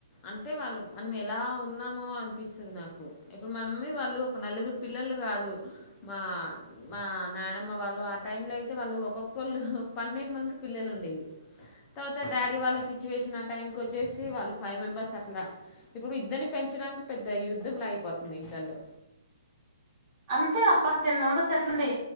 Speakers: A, on the left (about 20°); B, on the right (about 20°).
A: అంటే వాళ్ళు మనం ఎలా ఉన్నామో అనిపిస్తుంది నాకు ఇప్పుడు మమ్మీ వాళ్ళు ఒక నలుగురు పిల్లలు కాదు మా మా నానమ్మ వాళ్ళు ఆ టైంలో అయితే వాళ్ళు ఒక్కొక్క కొల్ పన్నెండు మంది పిల్లలు ఉండేది తర్వాత డాడి వాళ్ళ సి సిట్యుయేషన్ ఆ టైంకి వచ్చేసి వాళ్ళు ఫైవ్ మెంబర్స్ అట్లా ఇప్పుడు ఇద్దరిని పెంచడానికి పెద్ద యుద్ధం లా అయిపోతుంది ఇంట్లో
B: అంతే అప్పటి టెన్ మెంబెర్స్ ఎట్లండి